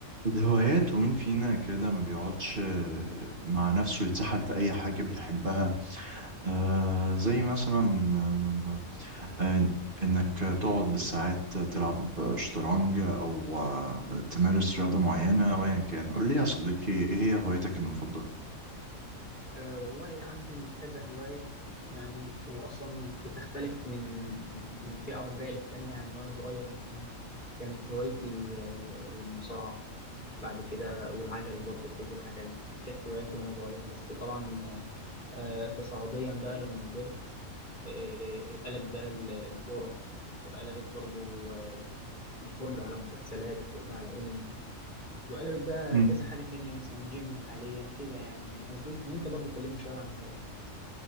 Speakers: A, on the right; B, on the left.
A: الهوايات ومين فينا كده ما بيقعدش آه، مع نفسه يتسحل في أي حاجة بيحبها آه زي مثلا آه آه، إنك تقعد بالساعات تلعب شطرنج أو آه، تمارس رياضة معينة أو أيا كان قول لي يا صديقي إيه هي هوايتك المفضلة؟
B: أه والله عندي كذا هواية يعني وأصلا بتختلف من من من فئة عمرية للتانية يعني وأنا صغير مثلا كانت هوايتي آه، المصارعة بعد كده والعجل برضه ركوب العجل دي كانت هواياتي وأنا صغير بس طبعا آه، تصاعديا بقى لما كبرت آه، قلبت بقى ال- الكورة وقلبت برضه آه، الفرجة على مسلسلات والفرجة على أنمي وقلبت بقى
A: مم.
B: كذا حاجة تانية مثلا جيم حاليا كده يعني فاهم قصدي وأنت برضه كلمني شوية عن هواياتك